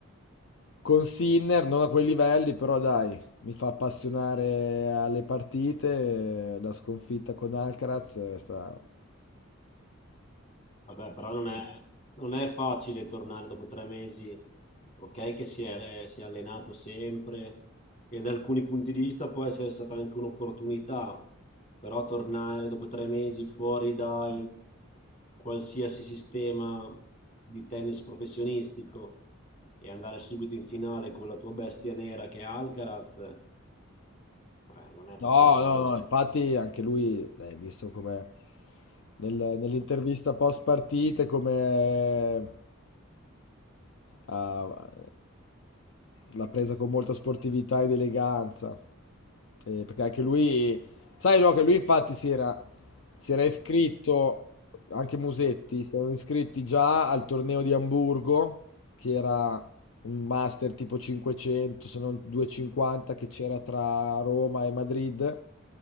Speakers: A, on the left (about 65°); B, on the left (about 35°).
A: con Sinner, non a quei livelli, però dai, mi fa appassionare alle partite. eh, La sconfitta con Alcaraz è sta-
B: Vabbè, però non è, non è facile tornare dopo tre mesi, ok, che si è, si è allenato sempre e da alcuni punti di vista può essere stata anche un'opportunità, però tornare dopo tre mesi fuori da qualsiasi sistema di tennis professionistico e andare subito in finale con la tua bestia nera che è Alcaraz, beh, non è
A: No,
B: proprio con...
A: no, no,
B: Sì,
A: infatti anche lui, eh, visto come nel- nell'intervista post partita, come ha- l'ha presa con molta sportività ed eleganza. Eh, perché anche lui, sai, no, che lui infatti si era, si era iscritto, anche Musetti, si erano iscritti già al torneo di Amburgo, che era un master tipo 500, se non 250 che c'era tra Roma e Madrid,